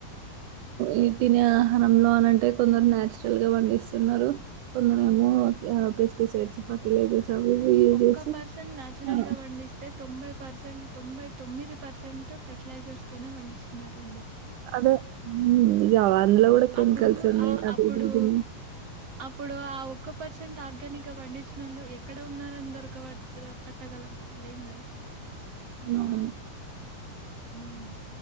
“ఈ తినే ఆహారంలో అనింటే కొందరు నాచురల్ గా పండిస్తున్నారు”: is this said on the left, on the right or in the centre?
Right